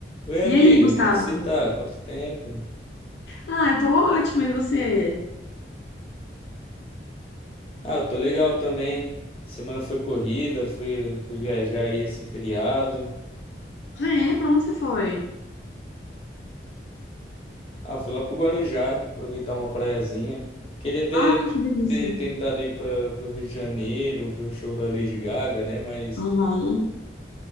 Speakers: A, on the left (about 35°); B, on the left (about 80°).
A: Oi,
B: E
A: amiga,
B: aí, Gustavo?
A: como que você tá? Quanto tempo?
B: Ah, eu tô ótima, e você?
A: Ah, eu tô legal também. Semana foi corrida, fui, fui viajar aí esse feriado.
B: Ah, é? Pra onde você foi?
A: Ah, fui lá pro Guarujá, aproveitar uma praiazinha. Eu queria ter,
B: Ai, que delícia.
A: ter tentado ir para pro Rio de Janeiro, ver o show da Lady Gaga, né? Mas
B: Aham.